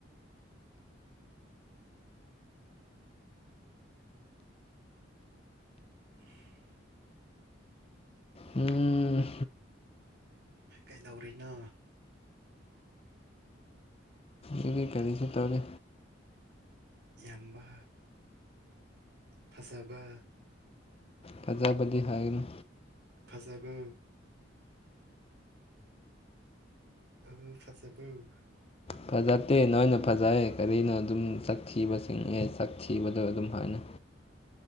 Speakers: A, on the right (about 60°); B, on the left (about 30°).
A: <inaudible>
B: ꯎꯝ
A: ꯀꯩꯗꯧꯔꯤꯅꯣ
B: ꯁꯤꯒꯤ ꯀꯔꯤꯁꯨ ꯇꯧꯔꯤ
A: ꯏꯕ ꯐꯖꯕ
B: ꯊꯖꯥꯕꯗꯤ ꯍꯥꯏꯒꯅꯤ
A: ꯐꯖꯕ ꯑꯧ ꯐꯖꯕꯔꯣ
B: ꯐꯖꯠꯇꯦ ꯅꯣꯏꯅ ꯐꯖꯩ ꯀꯔꯤꯅꯣ ꯑꯗꯨꯝ ꯆꯛ ꯊꯤꯕ ꯆꯤꯡꯉꯦ꯫ ꯆꯛ ꯊꯤꯕꯗꯣ ꯑꯗꯨꯝ ꯍꯥꯏꯅ